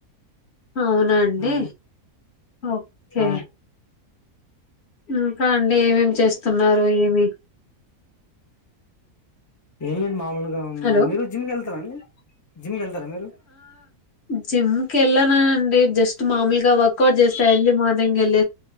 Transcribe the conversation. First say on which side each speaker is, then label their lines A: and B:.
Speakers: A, on the left; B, on the left.
A: అవునాండి
B: ఆ
A: ఓకే
B: ఆ
A: ఉ <unintelligible> అండి ఏమేమి చేస్తున్నారు ఏమి
B: ఏమి లేదు మా మామూలుగా
A: హలో
B: మీరు జిమ్ కి వెళ్తారండి జిమ్ గల్ సారా మీరు
A: జిమ్కి వెళ్ళన అండి జస్ట్ మామూలుగా వర్క్అౌట్ చేస్తే ఎర్లీ మార్నింగ్ వెళ్ళ